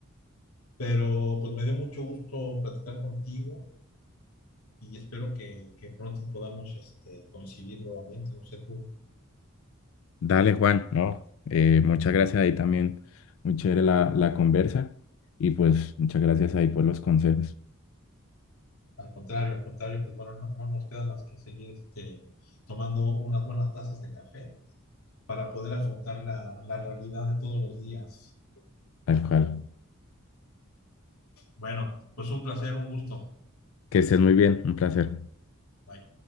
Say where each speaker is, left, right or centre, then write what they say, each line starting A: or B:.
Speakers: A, on the left; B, on the left.
A: pero pues me dio mucho gusto platicar contigo y espero que, que pronto podamos este, coincidir nuevamente, no sé tú,
B: Dale, Juan, no, eh, muchas gracias ahí también, muy chévere la, la conversa y pues muchas gracias ahí por los consejos,
A: al contrario, al contrario, pues bueno, no, no nos queda más que seguir este, tomando unas buenas tazas de café para poder afrontar la, la realidad de todos los días.
B: tal cual.
A: Bueno, pues un placer, un gusto.
B: Que estés muy bien, un placer.
A: Bye.